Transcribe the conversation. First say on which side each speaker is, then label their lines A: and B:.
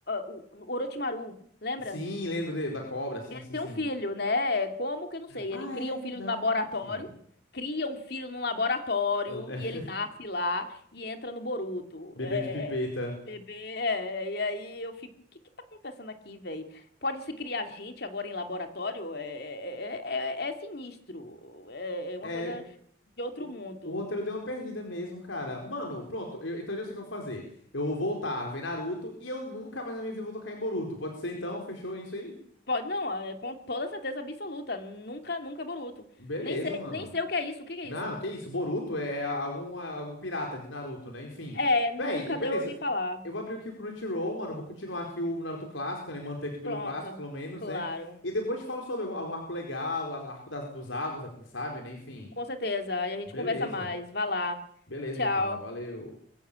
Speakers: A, on the left; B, on the left.
A: o o Orochimaru, lembra?
B: Sim, lembro de- da cobra, sim,
A: Ele
B: sim,
A: tem
B: sim.
A: um filho, né? Como que eu não sei?
B: Ah,
A: Ele cria
B: é
A: um
B: verdade.
A: filho no laboratório, cria um filho no laboratório
B: El- é,
A: e
B: <laughs>
A: ele nasce lá e entra no Boruto.
B: bebê
A: É,
B: de pipeta.
A: é, é, bebê, é, e aí eu fico, o que que tá acontecendo aqui, velho? Pode se criar gente agora em laboratório? É, é, é- é é sinistro. É, é uma
B: É.
A: coisa de outro
B: O
A: mundo.
B: o roteiro deu uma perdida mesmo, cara. Mano, pronto. eu- então eu já sei o que eu vou fazer. Eu vou voltar a ver Naruto e eu nunca mais na minha vida vou tocar em Boruto. Pode ser então? Fechou isso aí?
A: Pode, não, é com toda certeza absoluta. Nunca, nunca Boruto.
B: Beleza,
A: Nem sei,
B: mano.
A: nem sei o que é isso. O que que
B: Não,
A: é isso?
B: que isso, Boruto é algum, algum pirata de Naruto, né? Enfim.
A: É, nunca
B: Véi, eu- beleza.
A: nem ouvi falar.
B: Eu vou abrir aqui o Crunchyroll, mano. Vou continuar aqui o Naruto clássico, né? Manter aqui pelo
A: Pronto,
B: clássico, pelo menos,
A: claro.
B: né? E depois te falo sobre algum, algum arco legal, as- arco das, dos árvores, quem sabe, né? Enfim.
A: Com certeza. E a gente
B: Beleza.
A: conversa mais. Vá lá.
B: Beleza,
A: Tchau.
B: então. Valeu.